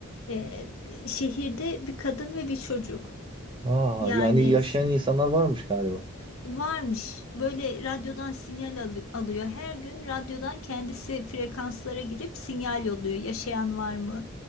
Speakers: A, on the left; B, on the right.
A: E, şehirde bir kadın ve bir çocuk.
B: Aa,
A: Yani
B: yani yaşayan insanlar varmış galiba.
A: Varmış. Böyle radyodan sinyal alı- alıyor. Her gün radyodan kendisi frekanslara girip sinyal yolluyor. Yaşayan var mı?